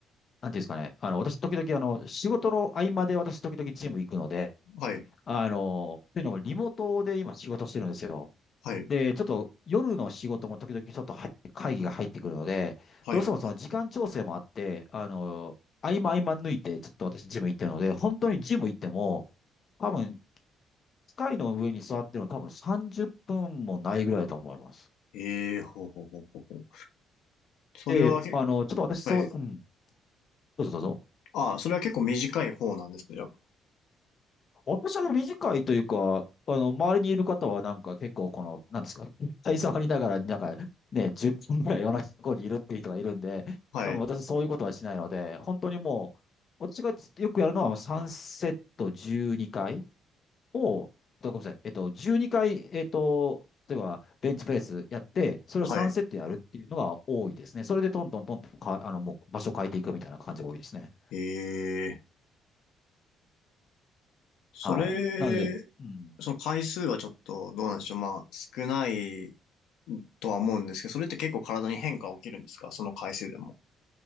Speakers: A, on the left (about 35°); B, on the left (about 80°).
A: なんていうんですかね、あの、私、時々、あの、仕事の合間で私、時々ジム行くので、
B: はい、
A: あのーというのも、リモートで今仕事してるんですよ。
B: はい、
A: で、ちょっと夜の仕事も時々ちょっと入会議が入ってくるので、
B: はい。
A: どうしてもその時間調整もあって、あのー合間合間抜いて、ちょっと私、ジム行ってるので、本当にジム行っても、多分、機械の上に座ってるの多分30分もないぐらいだと思います。
B: ええー、ほうほうほうほうほう。それはけ、
A: で、あの、ちょっと私そう、
B: はい。
A: うん、どうぞどうぞ。
B: あ、それは結構短い方なんですね。やっぱ
A: 私は短いというか、あの、周りにいる方はなんか結構この、なんですか、携帯触りながら、なんかね、10分ぐらい同じところにいるっていう人がいるんで、
B: はい、
A: 多分私そういうことはしないので、本当にもう、私がよくやるのは3セット12回を、ごめんなさい、えっと、12回、えっと、例えばベンチプレスやって、それを3セットやるっていうのが多いですね。
B: はい。
A: それでトントントントンか、あの、もう場所変えていくみたいな感じが多いですね。
B: ええー、それ、
A: はい。なので、うん。
B: その回数はちょっとどうなんでしょう。まあ、少ないとは思うんですけど、それって結構体に変化起きるんですかその回数でも。